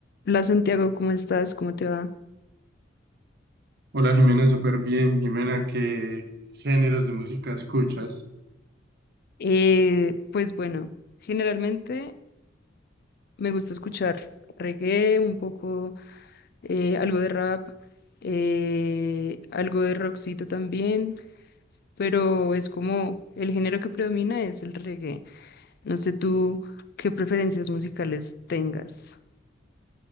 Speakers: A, on the left; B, on the right.
A: Hola Santiago, ¿cómo estás? ¿Cómo te va?
B: Hola Jimena, súper bien. Jimena, ¿qué géneros de música escuchas?
A: Eh, pues bueno, generalmente me gusta escuchar reggae, un poco, eh, algo de rap, eh, algo de rockcito también, pero es como el género que predomina es el reggae. No sé tú qué preferencias musicales tengas.